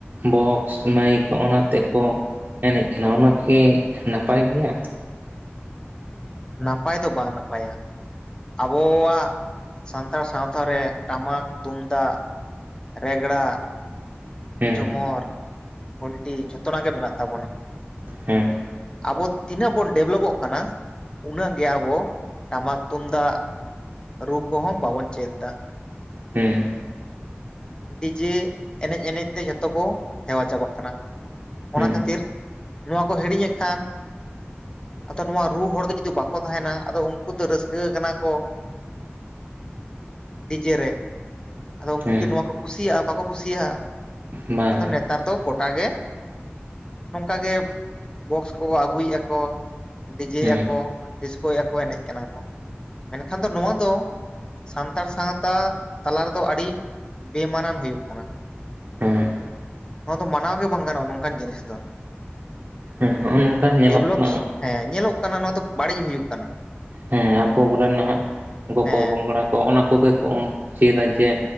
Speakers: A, on the right (about 40°); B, on the left (about 20°).
A: ᱵᱚᱠᱥ ᱢᱟᱭᱤᱠ ᱦᱚᱜᱼᱚ ᱱᱟ ᱛᱮᱠᱚ ᱮᱱᱮᱡ ᱠᱟᱱᱟ ᱚᱱᱟᱠᱤ ᱱᱟᱯᱟᱭ ᱜᱤᱭᱟ?
B: ᱱᱟᱯᱟᱭ ᱫᱚ ᱵᱟᱝ ᱱᱟᱯᱟᱭᱟ ᱾ <inaudible> ᱟᱵᱚᱣᱟᱜ ᱥᱟᱱᱛᱟᱲ ᱥᱟᱶᱛᱟ ᱨᱮ ᱴᱟᱢᱟᱠ, ᱛᱩᱢᱫᱟᱜ, <inaudible> ᱨᱮᱜᱽᱲᱟ
A: ᱦᱮᱸ
B: ᱡᱷᱚᱢᱚᱨ, <inaudible> ᱠᱷᱩᱱᱴᱤ ᱡᱷᱚᱛᱚᱱᱟᱜ ᱜᱮ ᱢᱮᱱᱟᱜ ᱛᱟᱵᱚᱱᱟ᱾ <inaudible>
A: ᱦᱩᱸ ᱾
B: ᱟᱵᱚ ᱛᱤᱱᱟᱹᱜ ᱵᱚᱱ ᱰᱮᱵᱽᱞᱚᱵᱚᱜ ᱠᱟᱱᱟ ᱩᱱᱟᱹᱜ ᱜᱮ ᱟᱵᱚ ᱴᱟᱢᱟᱠ ᱛᱩᱢᱫᱟᱜ <inaudible> ᱨᱩ ᱠᱚᱦᱚᱸ ᱵᱟᱵᱚᱱ ᱪᱮᱫ ᱮᱫᱟ᱾
A: ᱦᱩᱸ ᱾
B: ᱰᱤᱡᱮ ᱮᱱᱮᱡ ᱮᱱᱮᱡ ᱛᱮ ᱡᱷᱚᱛᱚ ᱠᱚ ᱦᱮᱣᱟ ᱪᱟᱵᱟᱜ ᱠᱟᱱᱟ ᱾
A: ᱦᱮᱸ
B: ᱚᱱᱟ ᱠᱷᱟᱹᱛᱤᱨ ᱱᱚᱣᱟ ᱠᱚ ᱦᱤᱲᱤᱧᱮᱜ ᱠᱷᱟᱱ ᱟᱫᱚ ᱱᱚᱣᱟ ᱨᱩ ᱦᱚᱲ ᱜᱮ ᱡᱩᱫᱤ ᱵᱟᱠᱚ ᱛᱟᱦᱮᱱᱟ ᱟᱫᱚ ᱩᱱᱠᱩ ᱫᱚ ᱨᱟᱹᱥᱠᱟᱹ ᱟᱠᱟᱱᱟ ᱠᱚ ᱰᱤᱡᱮ ᱨᱮ ᱾ <inaudible> ᱟᱫᱚ ᱩᱱᱠᱩ
A: ᱦᱮᱸ
B: ᱠᱤ ᱱᱚᱣᱟ ᱠᱚ ᱠᱩᱥᱤᱭᱟᱜᱼᱟ ᱵᱟᱠᱚ ᱠᱩᱥᱤᱭᱟᱜᱼᱟ ᱾ <inaudible>
A: ᱵᱟᱝ
B: ᱟᱫᱚ ᱱᱮᱛᱟᱨ ᱫᱚ ᱜᱚᱴᱟᱜ ᱜᱮ <inaudible> ᱱᱚᱝᱠᱟ ᱜᱮ ᱵᱚᱠᱥ ᱠᱚᱠᱚ ᱟᱹᱜᱩᱭᱮᱫ-ᱟ ᱠᱚ ᱰᱤᱡᱮ
A: ᱦᱮᱸ
B: ᱮᱫ ᱟᱠᱚ ᱰᱤᱥᱠᱳ ᱮᱫ-ᱟ ᱠᱚ ᱮᱱᱮᱡ ᱠᱟᱱᱟ ᱠᱚ ᱾ ᱢᱮᱱᱠᱷᱟᱱ ᱫᱚ ᱱᱚᱣᱟ ᱫᱚ ᱥᱟᱱᱛᱟᱲ ᱥᱟᱶᱛᱟ ᱛᱟᱞᱟ ᱨᱮᱫᱚ ᱟᱹᱰᱤ ᱵᱮ ᱢᱟᱱᱟᱱ ᱦᱩᱭᱩᱜ ᱠᱟᱱᱟ ᱾
A: ᱦᱮᱸ
B: ᱱᱚᱣᱟ ᱫᱚ ᱢᱟᱱᱟᱣ ᱜᱮ ᱵᱟᱝ ᱜᱟᱱᱚᱜ-ᱟ ᱱᱚᱝᱠᱟᱱ ᱡᱤᱱᱤᱥ ᱫᱚ ᱾
A: ᱦᱮᱸ
B: <inaudible>
A: ᱱᱚᱜᱼᱚ ᱱᱚᱝᱠᱟ ᱧᱮᱞᱚᱜ
B: ᱰᱮᱵᱷᱞᱚᱯᱥ
A: ᱠᱟᱱᱟ
B: ᱦᱮᱸ ᱧᱮᱞᱚᱜ ᱠᱟᱱᱟ ᱱᱚᱣᱟ ᱫᱚ ᱵᱟᱹᱲᱤᱡ ᱦᱩᱭᱩᱜ ᱠᱟᱱᱟ ᱾
A: ᱦᱮᱸ ᱟᱵᱚ ᱠᱚᱨᱮᱱ ᱱᱟᱦᱟᱜ <unintelligible>
B: ᱦᱮᱸ
A: ᱛᱚ ᱚᱱᱟ ᱠᱚᱜᱮ ᱠᱚ ᱩᱱᱠᱩ ᱠᱚ ᱪᱮᱫᱟ ᱡᱮ